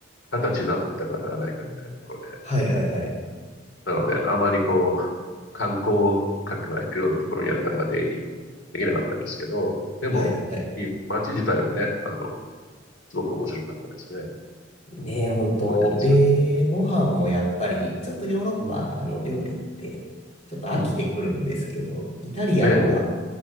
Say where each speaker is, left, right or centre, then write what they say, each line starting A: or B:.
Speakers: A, on the left (about 80°); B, on the left (about 35°).
A: 二十歳になったかならないかみたいなところで。
B: はいはいはい。
A: なので、あまりこう、観光客が行くようなところにはなかなか出入りできなかったですけど、でも、
B: はいはいはい。
A: いい街自体はね、あの、すごく面白かったですね。
B: ねえ、
A: うん。
B: 本当。
A: 覚えてます。
B: で、ご飯もやっぱり、ちょっとヨーロッパの料理って、
A: うん。
B: ちょっと飽きてくるんですけど、
A: うん。
B: イタリアンは
A: で、